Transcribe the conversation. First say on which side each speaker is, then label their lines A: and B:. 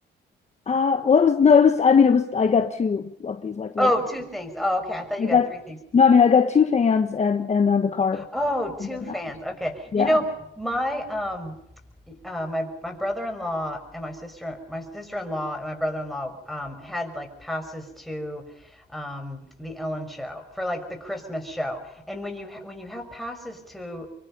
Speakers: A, on the left (about 35°); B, in the centre.
A: Uh, well, it was no, it was. I mean, it was. I got two of these like little.
B: Oh, two things. Oh, okay. I thought you
A: I got
B: got three things.
A: no, I mean, I got two fans and and then the car
B: Oh, two
A: and the
B: fans.
A: mount.
B: Okay.
A: Yeah,
B: You know, Yeah. my um uh, my my brother-in-law and my sister my sister-in-law and my brother-in-law um had like passes to um the Ellen show for like the Christmas show. And when you ha- when you have passes to